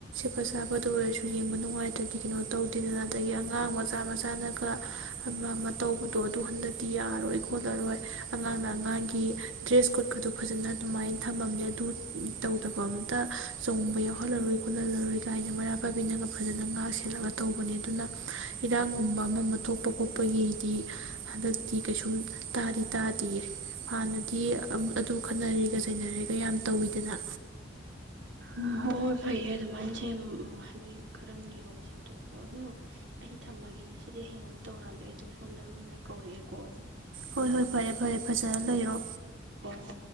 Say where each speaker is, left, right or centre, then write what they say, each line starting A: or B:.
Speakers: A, on the right; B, on the right.
A: ꯊꯄ ꯆꯥꯕꯗ ꯑꯣꯏꯔꯁꯨ ꯌꯦꯡꯕ ꯅꯨꯡꯉꯥꯏꯇ꯭ꯔꯗꯤ ꯀꯩꯅꯣ ꯇꯧꯗꯦꯗꯅ ꯑꯗꯒꯤ ꯑꯉꯥꯡ ꯃꯆꯥ ꯃꯆꯥꯅꯒ ꯑꯃ ꯑꯃ ꯇꯧꯕꯗꯣ ꯑꯗꯨ ꯍꯟꯗꯛꯇꯤ ꯌꯥꯔꯔꯣꯏ ꯈꯣꯠꯂꯔꯣꯏ ꯑꯉꯥꯡꯅ ꯑꯉꯥꯡꯒꯤ ꯗ꯭ꯔꯦꯁ ꯀꯣꯠꯀꯗꯣ ꯐꯖꯅ ꯑꯗꯨꯃꯥꯏꯅ ꯊꯝꯃꯝꯃꯦ ꯑꯗꯨ ꯇꯧꯗꯕ ꯑꯝꯇ ꯆꯣꯡꯕ ꯌꯥꯎꯍꯜꯂꯔꯣꯏ ꯈꯣꯠꯍꯜꯂꯔꯣꯏ ꯂꯥꯏꯅ ꯃꯔꯥ ꯄꯥꯏꯕꯤꯅꯒ ꯐꯖꯅ ꯉꯥꯛ ꯁꯦꯠꯂꯒ ꯇꯧꯕꯅꯦ ꯑꯗꯨꯅ ꯏꯔꯥꯡꯒꯨꯝꯕ ꯑꯃ ꯑꯃ ꯊꯣꯛꯄ ꯈꯣꯠꯄꯒꯤꯗꯤ ꯍꯟꯗꯛꯇꯤ ꯀꯩꯁꯨꯝ ꯇꯥꯗꯤ ꯇꯥꯗꯌꯦ ꯍꯥꯟꯅꯗꯤ ꯑꯗꯨ ꯈꯠꯅꯔꯒ ꯆꯩꯅꯔꯒ ꯌꯥꯝ ꯇꯧꯋꯤꯗꯅ
B: ꯎꯝ ꯍꯣꯏ ꯍꯣꯏ ꯐꯩꯌꯦ ꯑꯗꯨꯃꯥꯏꯅ ꯁꯦꯝ ꯍꯥꯏꯗꯤ ꯈꯔ ꯅꯤꯌꯣꯝ ꯁꯦꯝꯗꯣꯛꯄꯗꯣ ꯑꯗꯨꯗꯣ ꯑꯩ ꯊꯝꯃꯒꯦ ꯉꯁꯤꯗꯤ ꯍꯌꯦꯡ ꯑꯃꯨꯛ ꯇꯧꯔꯑꯒꯦ ꯑꯩꯗꯣ ꯁꯣꯝꯗ ꯃꯤꯅ ꯀꯧꯔꯛꯑꯦꯀꯣ
A: ꯍꯣꯏ ꯍꯣꯏ ꯐꯔꯦ ꯐꯔꯦ ꯐꯖꯅ ꯂꯩꯔꯣ
B: ꯍꯣꯏ ꯍꯣꯏ